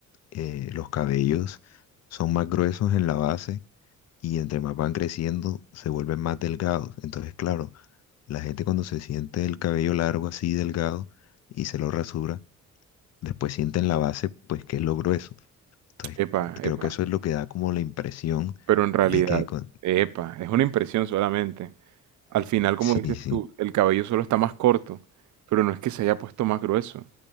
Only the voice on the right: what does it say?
epa,
epa,
pero en realidad,
epa, es una impresión solamente. Al final, como
dices
tú, el cabello solo está más corto, pero no es que se haya puesto más grueso,